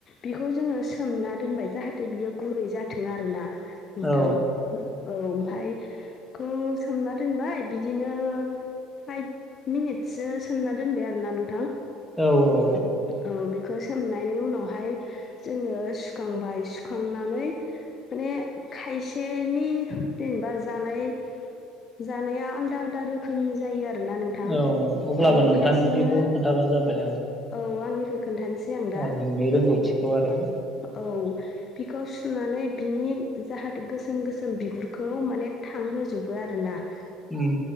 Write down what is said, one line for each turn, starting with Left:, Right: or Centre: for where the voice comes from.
Left: बिखौ जोङो सोमना दोनबाय जाहाथे बियो गुरै जाथों आरोना नोंथां
Centre: औ
Left: औ ओमफाय एखौ सोमना दोनबाय बिदिनो फाइभ मिनिटससो सोमना दोनबाय आरोना नोंथां
Centre: औ औ
Left: औ बिखौ सोमनायनि उनावहाय जोङो सुखांबाय सुखांनानै माने खायसेनि जेनेबा जानाय जानाया आलदा आलदा रोखोमनि जायो आरो ना नों थां
Centre: औ अब्लाबो
Left: उम
Centre: नोंथांनिखौ
Left: खायसेआ
Centre: खोन्थाबानो जाबाय
Left: औ आंनिखौ खोन्थानोसै आं
Centre: औ
Left: दा
Centre: नोंनि रोंगौथिखौ आरो
Left: औ बिखौ सुनानै बिनि जाहाथे गोसोम गोसोम बिगुरखौ माने थांहोजोबो आरो ना
Centre: उम